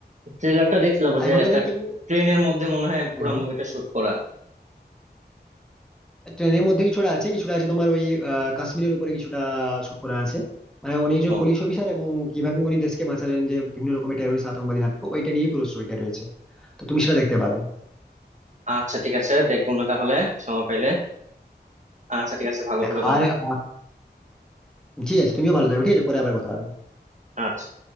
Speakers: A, on the right; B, in the centre.
A: ট্রেলারটা দেখছিলাম ওই
B: আর
A: যে
B: এখনকার
A: একটা
B: দিনে কি বলতো
A: ট্রেনের মধ্যে মনে হয় পুরো
B: হ্যাঁ বলো।
A: মুভিটা শুট করা
B: ট্রেনের মধ্যে কিছুটা আছে কিছুটা আছে তোমার ওই আহ, কাশ্মীরের উপরে কিছুটা শুট করা আছে মানে উনি একজন
A: ও
B: পুলিশ অফিসার এবং কিভাবে উনি দেশকে বাঁচালেন যে বিভিন্ন রকমের টেরোরিস্ট আতঙ্কবাদীর হাত থেকে ওইটা নিয়ে পুরো স্টোরিটা রয়েছে তো তুমি সেটা দেখতে পারো
A: আচ্ছা ঠিক আছে দেখবো না তাহলে সময় পাইলে আচ্ছা ঠিক আছে ভালো
B: হ্যাঁ,
A: থেকো তাহলে
B: আর আহ, ঠিক আছে তুমিও ভালো থাকবে ঠিক আছে পরে আবার কথা হবে
A: আচ্ছা